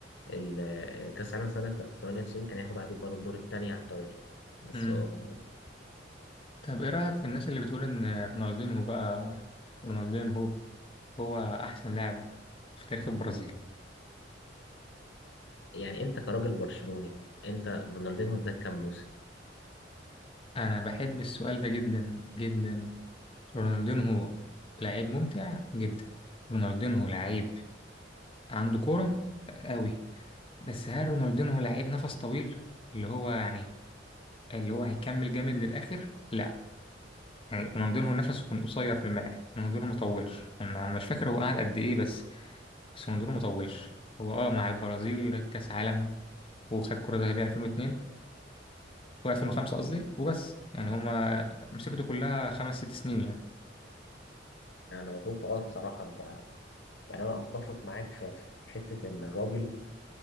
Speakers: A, on the left (about 85°); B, on the left (about 30°).
A: ال- كأس العالم سنة 98 كان هياخد عادي البالون دور التانية على التوالي بس
B: مم.
A: هو
B: طب ايه رأيك في الناس اللي بتقول ان رونالدينهو بقى رونالدينهو هو احسن لاعب في تاريخ البرازيل
A: يعني أنت كراجل برشلوني أنت رونالدينو اداك كام موسم؟
B: انا بحب السؤال ده جدا جدا رونالدينهو لعيب ممتع جدا رونالدينهو لعيب عنده كورة قوي بس هل رونالدينهو لعيب نفس طويل اللي هو يعني اللي هو هيكمل جامد للآخر لا يعني رونالدينهو نفسه كان قصير في الملعب رونالدينهو ما طولش انا مش فاكر هو قعد قد ايه بس بس رونالدينهو ما طولش هو اه مع البرازيل كأس عالم وخد كرة ذهبية 2002 و2005 قصدي وبس يعني هما مسيرته كلها خمس ست سنين يعني
A: أنا بشوف أه بصراحة أنت يعني أنا أتفق معاك في في حتة إن الراجل